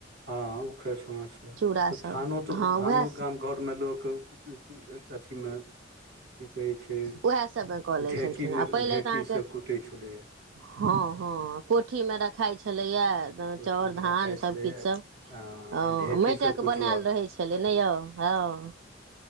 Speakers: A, on the right; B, on the right.
A: हँ उखड़ि समटसँ
B: चूड़ा
A: तऽ
B: सब
A: धानो तऽ
B: हँ
A: धानो
B: उएह
A: गाम घरमे लोक कथीमे की कहै छै
B: उएह सबमे कऽ लै
A: ढेकीमे
B: छलखिन आ पहिले
A: ढेकीसभ
B: तऽ अहाँके
A: कूटै छलैए
B: हँ हँ कोठीमे रखाइत छलैए
A: कोठीमे
B: चाउर धान
A: रखाइ
B: सभकिछुसभ
A: छलैए आ
B: हँ
A: ढेकीसँ
B: माटिके
A: कुटलक
B: बनायल रहै छलै ने यौ हँ